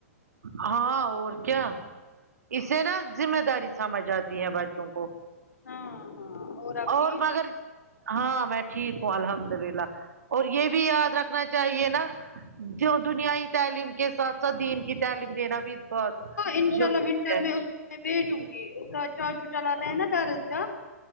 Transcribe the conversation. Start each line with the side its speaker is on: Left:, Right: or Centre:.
Right: ہاں اور کیا اسے نا ذمہ داری سمجھ آتی ہے بچوں کو
Left: ہاں ہاں اور آپ
Right: اور
Left: ٹھیک
Right: مگر ہاں میں ٹھیک ہوں الحمد للہ اور یہ بھی یاد رکھنا چاہیے نا جو دنیاوی تعلیم کے ساتھ ساتھ دین کی تعلیم دینا بھی بہت
Left: ان شاء
Right: ضروری
Left: اللہ ونٹر
Right: ہے
Left: میں اس میں بھیجوں گی اس کا چاچو چلاتا ہے نا درسگاہ